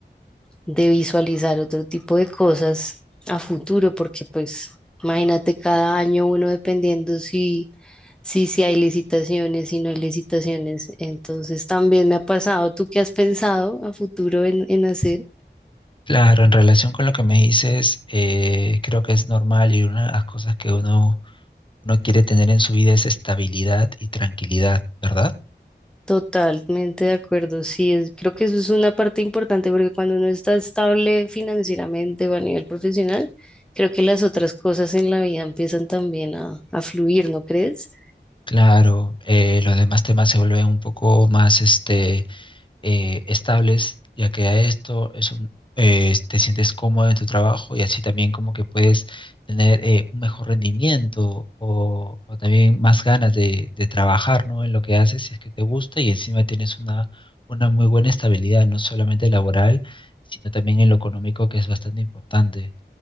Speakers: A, in the centre; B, on the left (about 25°).
A: de visualizar otro tipo de cosas a futuro, porque pues imagínate cada año uno dependiendo si, si, si hay licitaciones, si no hay licitaciones. Entonces también me ha pasado, ¿tú qué has pensado a futuro en, en hacer?
B: Claro, en relación con lo que me dices, eh, creo que es normal y una de las cosas que uno, uno quiere tener en su vida es estabilidad y tranquilidad, ¿verdad?
A: Totalmente de acuerdo, sí, es- creo que eso es una parte importante porque cuando uno está estable financieramente o a nivel profesional, creo que las otras cosas en la vida empiezan también a, a fluir, ¿no crees?
B: Claro, eh, los demás temas se vuelven un poco más este, eh, estables, ya que a esto es un, eh, te sientes cómodo en tu trabajo y así también como que puedes tener eh, un mejor rendimiento o, o también más ganas de, de trabajar, ¿no? En lo que haces, si es que te gusta y encima tienes una, una muy buena estabilidad, no solamente laboral, sino también en lo económico, que es bastante importante.